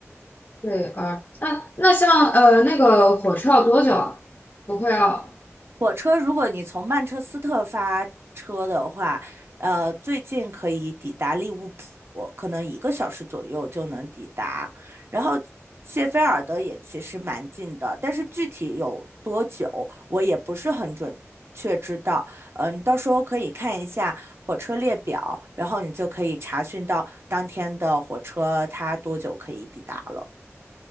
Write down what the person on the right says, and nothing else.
火车，如果你从曼彻斯特发车的话，呃，最近可以抵达利物浦，可能一个小时左右就能抵达。然后谢菲尔德也其实蛮近的，但是具体有多久，我也不是很准确知道。嗯，你到时候可以看一下火车列表，然后你就可以查询到当天的火车它多久可以抵达了。